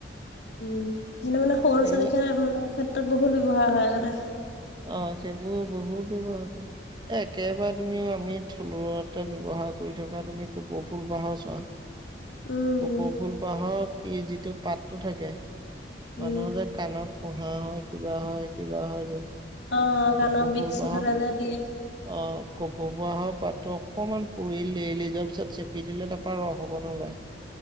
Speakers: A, on the left; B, on the right.
A: উম যেনে মানে সৰু
B: এইবিলাক
A: ছোৱালী খেলা মানে ক্ষেত্ৰত বহুত ব্যৱহাৰ হয় আগতে।
B: অ সেইবোৰ বহুত ব্যৱহাৰ হয়। এ একেবাৰে তুমিও আমি থলুৱতে ব্যৱহাৰ কৰি থকা তুমি কপৌ ফুল পাহে চোৱা।
A: উম
B: কোপৌ ফুলপাহক ই যিটো পাতটো থাকে
A: উম
B: মানুহৰ যে- কাণত পোহা হয় কিবা হয় কিবা হয় যে।
A: অ
B: কপৌ
A: কাণৰ বিষ
B: ফুল
A: চিষ
B: পাহত
A: হ'লে যে দিয়ে।
B: অ কোপৌ পাহৰ পাতো অকণমান পুৰি লেৰিলি যোৱাৰ পিছত চেপি দিলে তাৰ পৰা ৰস অকণ ওলায়।